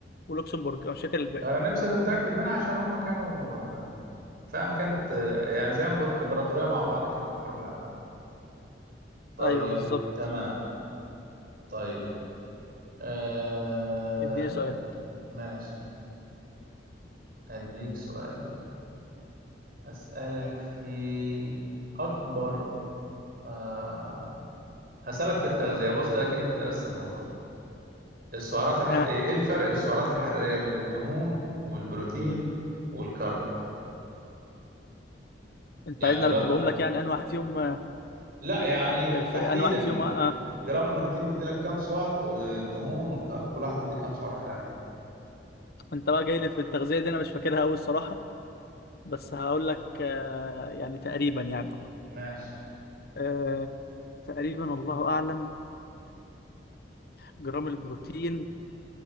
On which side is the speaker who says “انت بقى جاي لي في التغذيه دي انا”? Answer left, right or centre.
Left